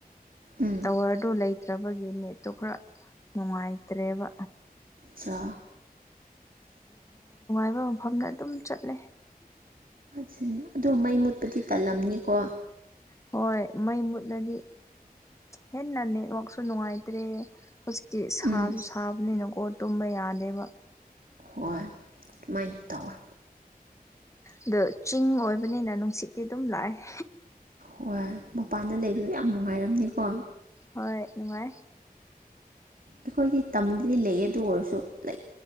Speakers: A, on the right (about 65°); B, on the left (about 20°).
A: ꯎꯝ
B: ꯇꯋꯥꯔꯗꯨꯣ ꯂꯩ ꯐꯠꯇ꯭ꯔꯕꯒꯤ ꯅꯦꯠꯇꯣ ꯈꯔ ꯅꯨꯡꯉꯥꯏꯇ꯭ꯔꯦꯕ
A: ꯆ
B: ꯍꯥꯏꯐꯝ ꯃꯐꯝꯅ ꯑꯗꯨꯝ ꯆꯠꯂꯦ
A: ꯠꯅꯦ ꯑꯗꯣ ꯃꯩ ꯃꯨꯠꯄꯗꯤ ꯇꯜꯂꯝꯅꯤꯀꯣ
B: ꯍꯣꯏ ꯃꯩ ꯃꯨꯠꯂꯗꯤ ꯍꯦꯟꯅ ꯅꯦꯠꯋꯥꯛꯁꯨ ꯅꯨꯡꯉꯥꯏꯇ꯭ꯔꯦ ꯍꯧꯖꯤꯛꯇꯤ ꯁꯥꯁꯨ
A: ꯎꯝ
B: ꯁꯥꯕꯅꯤꯅꯀꯣ ꯇꯨꯝꯕ ꯌꯥꯗꯦꯕ
A: ꯍꯣꯏ ꯑꯗꯨꯨꯃꯥꯏꯅ ꯇꯧꯋꯦ
B: ꯑꯗꯣ ꯆꯤꯡ ꯑꯣꯏꯕꯅꯤꯅ ꯅꯨꯡꯁꯤꯠꯇꯤ ꯑꯗꯨꯝ ꯂꯥꯛꯑꯦ
A: ꯍꯣꯏ ꯃꯄꯥꯟꯗ ꯂꯩꯕꯗꯣ ꯌꯥꯝ ꯅꯨꯡꯉꯥꯏꯔꯝꯅꯤꯀꯣ
B: ꯍꯣꯏ ꯉꯅꯨꯡꯉꯥꯏ
A: ꯑꯩꯈꯣꯏꯗꯤ ꯇꯝꯗꯗꯤ ꯂꯩ ꯑꯗꯨ ꯑꯣꯏꯔꯁꯨ ꯂꯩ